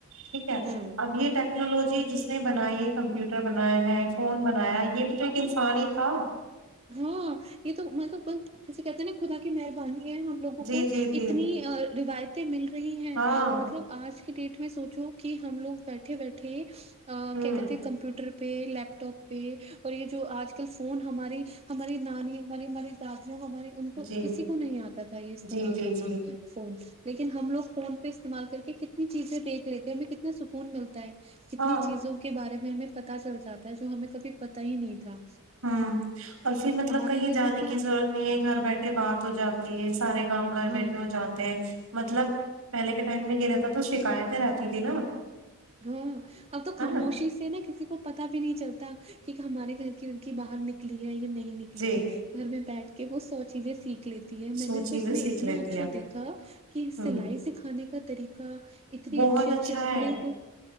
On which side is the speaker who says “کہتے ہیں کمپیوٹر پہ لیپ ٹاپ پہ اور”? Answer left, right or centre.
Right